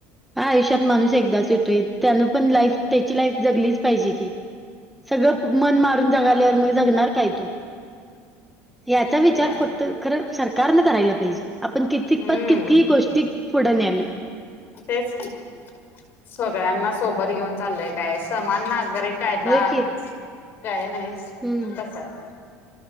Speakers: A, in the centre; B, on the left.
A: हा.. आयुष्यात माणूस एकदाच येतोय त्यानं पण लाईफ त्याची लाईफ जगलीच पाहिजे की, सगळं मन मारून जगाल्यावर मग जगणार काय याचा विचार
B: या
A: फक्त.. खरं सरकारन करायला पाहिजे. आपण किती
B: हम्म
A: पत कितीही गोष्टी पुढं न्यायलोय.
B: तेच की.. सगळ्यांना सोबत घेऊन चाललंय काय समान नागरिक कायदा....
A: होय की
B: काय नाहीच,
A: हम्म
B: तसाच